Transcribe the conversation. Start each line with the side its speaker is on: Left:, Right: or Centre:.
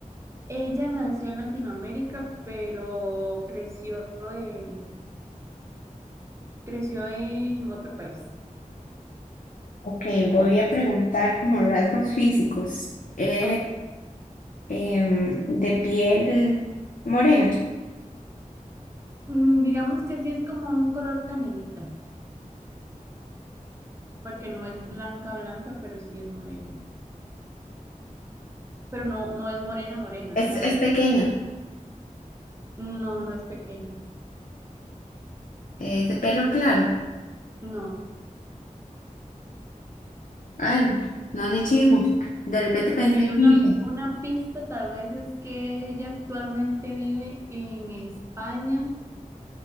Right: ella nació en Latinoamérica, pero creció en, creció en otro país.
Left: Ok, voy a preguntar como rasgos físicos. Es
Right: Ok.
Left: em, de piel morena.
Right: Mm, digamos que sí es como un color canelita. porque no es blanca, blanca, pero sí es morena. Pero no, no es morena, morena,
Left: Es,
Right: digamos.
Left: es pequeña.
Right: No, no es pequeña.
Left: Es de pelo claro.
Right: No.
Left: Ay, no le llego. De repente pensé,
Right: Ok, una,
Left: mire.
Right: una pista tal vez es que ella actualmente vive en España